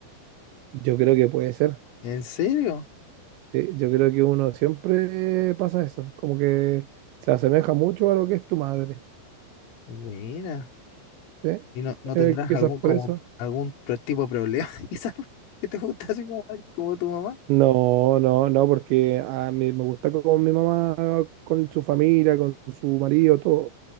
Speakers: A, on the right (about 80°); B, on the left (about 85°).
A: Yo creo que puede ser.
B: ¿En serio?
A: sí, Yo creo que uno siempre pasa eso, como que se asemeja mucho a lo que es tu madre,
B: Mira.
A: ¿sí?
B: ¿Y no, no
A: Eh,
B: tendrás
A: quizás
B: algún
A: por
B: como
A: eso.
B: algún pro- tipo de problema <laughs> quizás que te gusta así como alguien como tu mamá?
A: No, no, no, porque a mí me gusta con mi mamá, con su familia, con su marido, todo.